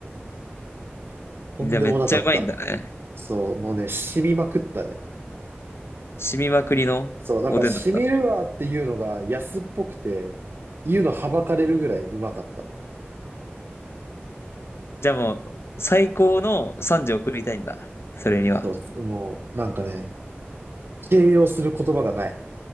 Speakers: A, on the right; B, on the left.
A: とんでもなかった。
B: じゃあめっちゃうまいんだね。
A: そう、もうね、染みまくったね。
B: 染みまくりのおでんだった。
A: そう、なんか、しみるわっていうのが安っぽくて、言うのはばかれるぐらいうまかった。
B: じゃあもう、最高の賛辞を送りたいんだ。それには。
A: そう、もう、なんかね、形容する言葉がない。